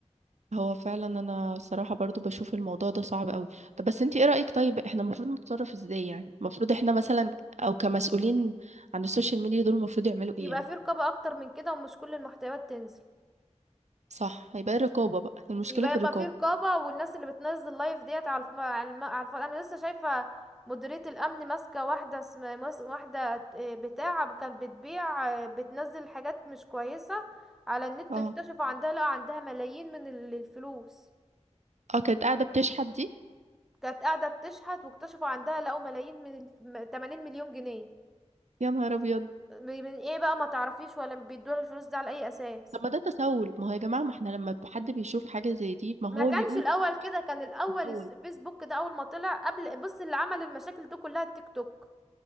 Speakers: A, on the right (about 75°); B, in the centre.
A: هو فعلا انا صراحة برضو بشوف الموضوع ده صعب قوي طب بس انت ايه رأيك طيب احنا المفروض نتصرف ازاي يعني المفروض احنا مثلا او كمسؤولين عن السوشيال ميديا دول المفروض يعملوا
B: يبقى
A: ايه يعني
B: في رقابة أكتر من كده ومش كل المحتويات تنزل
A: صح هيبقى إيه الرقابة بقى المشكلة
B: يبقى
A: في
B: يبقى
A: الرقابة
B: في رقابة والناس اللي بتنزل لايف ديت على الف... على, الم... على الف... أنا لسه شايفة مديرية الأمن ماسكة واحدة اسم... ماس- واحدة آه، بتاع كانت بتبيع آه، بتنزل حاجات مش كويسة على النت
A: اه
B: واكتشفوا عندها لا عندها ملايين من ال- الفلوس
A: اه كانت قاعدة بتشحت دي
B: كانت قاعدة بتشحت واكتشفوا عندها لقوا ملايين من الف... م- 80 مليون جنيه
A: يا نهار ابيض
B: من من ايه بقى ما تعرفيش ولا بيدوها الفلوس دي على اي اساس
A: طب ما ده تسول ما هو يا جماعة ما احنا لما حد بيشوف حاجة زي دي ما هو
B: ما كانش
A: بيقول
B: الاول كده كان الاول
A: تسول
B: الس- الفيسبوك ده اول ما طلع قبل بص اللي عمل المشاكل دي كلها التيك توك